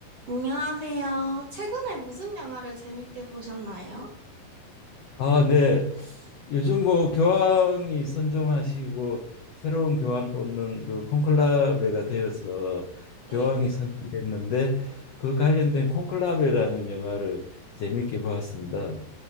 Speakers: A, on the right; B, on the left.
A: 안녕하세요. 최근에 무슨 영화를 재밌게 보셨나요?
B: 아, 네. 요즘 뭐 교황이 선종하시고 새로운 교황 뽑는 그 콘클라베가 되어서
A: 네.
B: 교황이 선정됐는데 그 관련된 콘클라베라는 영화를 재미있게 보았습니다.